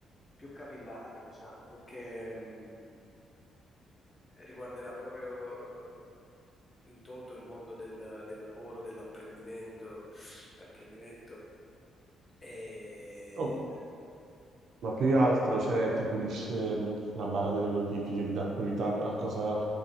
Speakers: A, on the left; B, on the right.
A: più capillare, diciamo, perché mh, riguarderà proprio in toto il mondo del, del lavoro, dell'apprendimento, dell'apprendimento. E...
B: no, Ma più che altro, cioè, ti pulisce mh, la barra delle notifiche, ti dà priorità a cosa,